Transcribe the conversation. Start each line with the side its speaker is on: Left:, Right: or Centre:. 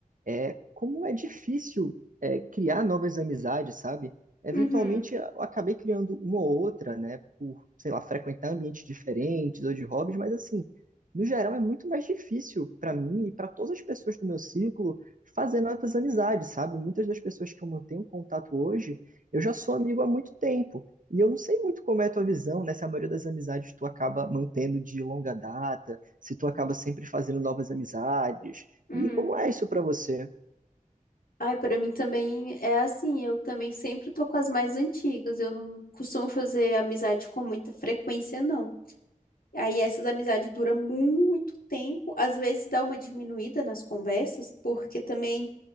Right: é, como é difícil é, criar novas amizades, sabe? Eventualmente
Left: uhum,
Right: eu acabei criando uma ou outra, né, por, sei lá, frequentar ambientes diferentes ou de hobbies, mas assim, no geral é muito mais difícil para mim e para todas as pessoas do meu círculo fazer novas amizades, sabe? Muitas das pessoas que eu mantenho contato hoje, eu já sou amigo há muito tempo. E eu não sei muito como é a tua visão, né? Se a maioria das amizades tu acaba mantendo de longa data, se tu acaba sempre fazendo novas amizades.
Left: uhum.
Right: E como é isso pra você?
Left: Ai, para mim também é assim, eu também sempre tô com as mais antigas, eu não costumo fazer amizade com muita frequência, não. Aí essas amizades duram muito tempo, às vezes dá uma diminuída nas conversas, porque também